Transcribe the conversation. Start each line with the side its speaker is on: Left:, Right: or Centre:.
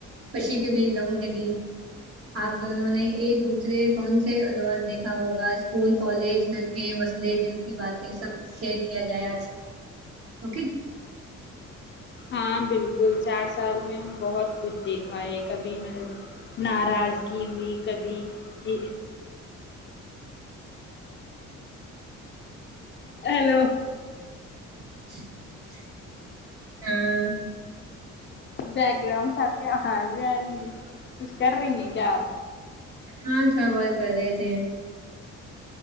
Right: خوشی کے بھی غم کے بھی آپ دونوں نے ایک دوسرے کون سے دور دیکھا ہوگا اسکول کالج گھر کے مسئلے دل کی باتیں سب شیر کیا جائے آج اوکے
Left: ہاں بالکل چار سال میں ہم بہت کچھ دیکھا ہے کبھی نہ ناراضگی ہوئی کبھی ا ہیلو
Right: <inaudible> ہاں
Left: بیک گراؤنڈ آپ کے آ زے آی کچھ کر رہی ہیں کیا آپ
Right: ہاں صفائی کر رے تھے